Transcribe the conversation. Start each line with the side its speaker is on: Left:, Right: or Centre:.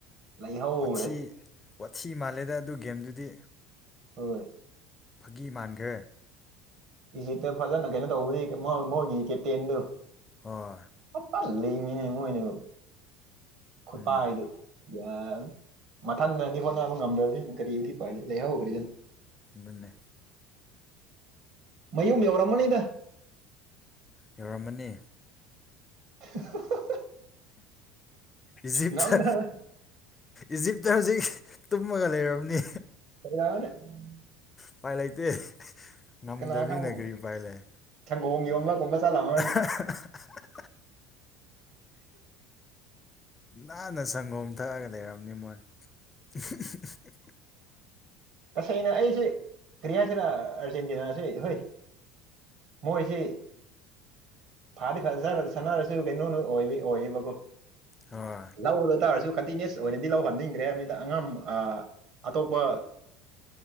Right: ꯂꯩꯍꯧꯔꯦ
Left: ꯋꯥꯊꯤ ꯋꯥꯊꯤ ꯃꯥꯜꯂꯦꯗ ꯑꯗꯨ ꯒꯦꯝꯗꯨꯗꯤ
Right: ꯍꯣꯏ
Left: ꯐꯥꯒꯤ ꯃꯥꯟꯒꯔꯦ
Right: ꯏꯖꯤꯇ ꯐꯖꯅ ꯀꯩꯅꯣ ꯇꯧꯕꯗꯒꯤ ꯃꯣꯏꯃꯣꯏꯒꯤ ꯀꯦꯞꯇꯦꯟꯗꯨ
Left: ꯍꯣꯏ
Right: ꯐꯖ ꯂꯤꯡꯉꯤꯍꯦ ꯃꯣꯏꯗꯨ ꯈꯨꯠꯄꯥꯏꯗꯨ
Left: ꯎꯝ
Right: ꯌꯥ ꯃꯊꯟꯗꯗꯤ ꯍꯣꯠꯅꯕ ꯉꯝꯗꯕꯅꯤꯅ ꯀꯔꯤꯗꯤ ꯎꯄꯥꯏꯂꯩ ꯂꯩꯍꯧꯈꯔꯤꯗꯨ
Left: ꯅꯅꯦ
Right: ꯃꯌꯨꯝ ꯌꯧꯔꯝꯃꯅꯤꯗ
Left: ꯌꯧꯔꯝꯃꯅꯤ
Right: <unintelligible>
Left: ꯏꯖꯤꯞꯇ
Right: ꯉꯝꯗꯅ
Left: ꯏꯖꯤꯞꯇ ꯍꯧꯖꯤꯛ ꯇꯨꯝꯃꯒ ꯂꯩꯔꯕꯅꯤ
Right: <unintelligible>
Left: ꯎꯄꯥꯏ ꯂꯩꯇꯦ ꯉꯝꯗꯕꯅꯤꯅ
Right: ꯀꯅꯥ ꯈꯪ ꯅꯤ
Left: ꯀꯔꯤ ꯎꯄꯥꯏ ꯂꯩ
Right: ꯁꯪꯒꯣꯝ ꯌꯣꯟꯕꯒꯨꯝꯕ ꯆꯠꯂꯝꯃꯅꯤ
Left: <unintelligible> ꯅꯥꯟꯅ ꯁꯪꯒꯣꯝ ꯊꯛꯑꯒ ꯂꯩꯔꯝꯅꯤ ꯃꯣꯏ <unintelligible>
Right: ꯇꯁꯦꯡꯅ ꯑꯩꯁꯦ ꯀ꯭ꯔꯤꯍꯥꯏꯁꯤꯔꯥ ꯑꯔꯖꯦꯟꯇꯤꯅꯥꯁꯦ ꯍꯣꯏ ꯃꯣꯏꯁꯤ ꯐꯗꯤ ꯐ ꯖꯅ ꯁꯥꯟꯅꯔꯁꯨ ꯀꯩꯅꯣꯅ ꯑꯣꯏꯕꯒꯤ ꯑꯣꯏꯌꯦꯕꯀꯣ
Left: ꯍꯣꯏ
Right: ꯂꯧꯔ ꯇꯥꯔꯁꯨ ꯀꯟꯇꯤꯅꯤꯌꯁ ꯑꯣꯏꯅꯗꯤ ꯂꯧꯍꯟꯅꯤꯡꯗ꯭ꯔꯦ ꯍꯥꯏꯕꯅꯤꯅ ꯑꯉꯝ ꯑꯇꯣꯞꯄ